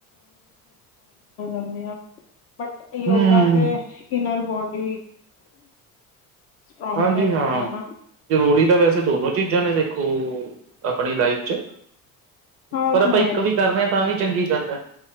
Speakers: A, on the left; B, on the right.
A: <unintelligible> ਬਟ ਯੋਗਾ
B: ਹਮ
A: ਤੇ ਇਨਰ ਬੋਡੀ ਸਟਰੋਂਗ
B: ਹਾਂਜੀ
A: ਕਰਦੀ
B: ਹਾਂ,
A: ਹੈ ਨਾ।
B: ਜ਼ਰੂਰੀ ਤਾਂ ਵੈਸੇ ਦੋਨੋ ਚੀਜ਼ਾਂ ਨੇ ਦੇਖੋ ਆਪਣੀ ਲਾਈਫ ਚ
A: ਹਾਂ ਉਹ
B: ਪਰ ਆਪਾਂ
A: ਤਾਂ ਹੈ
B: ਇੱਕ
A: ਹੀ।
B: ਵੀ ਕਰ ਰਹੇ ਆ ਤਾ ਵੀ ਚੰਗੀ ਗੱਲ ਐ।